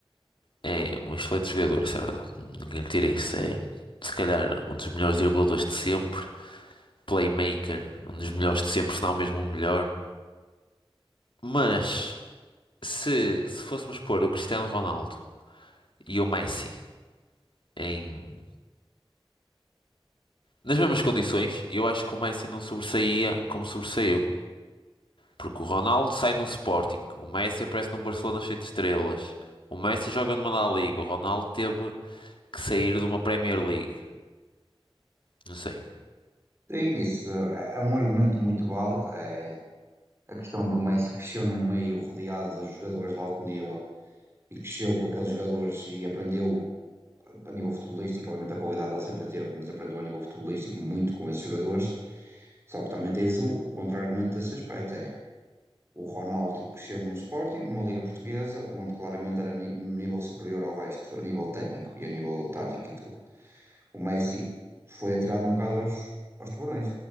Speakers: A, on the left (about 60°); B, on the right (about 25°).
A: é um excelente jogador, isso é verdade. Ninguém lhe tira isso. É, se calhar, um dos melhores dribladores de sempre. Playmaker, um dos melhores de sempre, se não mesmo o melhor. Mas, se, se fôssemos pôr o Cristiano Ronaldo e o Messi. em nas mesmas condições, e eu acho que o Messi não sobressaía como sobressaiu. Porque o Ronaldo sai num Sporting, o Messi aparece num Barcelona cheio de estrelas, o Messi joga numa La Liga, o Ronaldo teve que sair de uma Premier League, não sei.
B: Sim, isso é é um argumento muito válido. É a questão do Messi que cresceu num meio rodeado de jogadores de alto nível e cresceu com aqueles jogadores e aprendeu a nível futebolístico, obviamente a qualidade ele sempre teve, mas aprendeu a nível futebolístico muito com esses jogadores. Só que também tens o, o contra-argumento desse aspecto, é o Ronaldo cresceu num Sporting, numa Liga Portuguesa, onde claramente era ni- um nível superior ao resto, a nível técnico e a nível tático e tudo. O Messi foi atirado um bocado aos, aos tubarões.